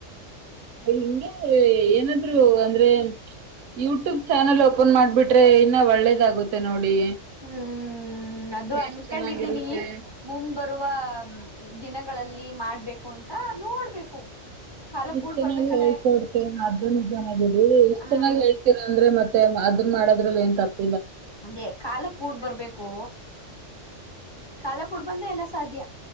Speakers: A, on the right; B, on the left.
A: ಹಂಗೆ ಏನಾದರು ಅಂದ್ರೆ ಯೂಟ್ಯೂಬ್ ಚಾನೆಲ್ ಓಪನ್ ಮಾಡ್ಬಿಟ್ರೆ ಇನ್ನ ಒಳ್ಳೇದಾಗುತ್ತೆ ನೋಡಿ
B: ಹ್ಮ್ ಅದು
A: ಎಷ್ಟ್
B: ಅನ್ಕೊಂಡಿದೀನಿ
A: ಚೆನ್ನಾಗಿರುತ್ತೆ
B: ಮು ಬರುವ ದಿನಗಳಲ್ಲಿ ಮಾಡ್ಬೇಕು ಅಂತ ನೋಡ್ಬೇಕು ಕಾಲ
A: ನೀಷ್ಟ
B: ಕೂಡ್
A: ಚೆನ್ನಾಗಿ
B: ಬರ್ಬೇಕಲ್ಲ
A: ಹೇಳ್ತೊಡ್ತೇ ಅದ್ದುನ ಚನಾಗೀ ಇಷ್ಟ
B: ಹ್ಮ್
A: ಚೆನ್ನಾಗಿ ಹೇಳ್ತೀರ ಅಂದ್ರೆ ಮತ್ತೆ ಮ ಅದನ್ನ ಮಾಡೋದ್ರಲ್ಲಿ ಏನ್ ತಪ್ಪ
B: ಅಂದೆ ಕಾಲ ಕೂಡ್ ಬರ್ಬೇಕು ಕಾಲ ಕೂಡ್ ಬಂದ್ರೆ ಎಲ್ಲ ಸಾದ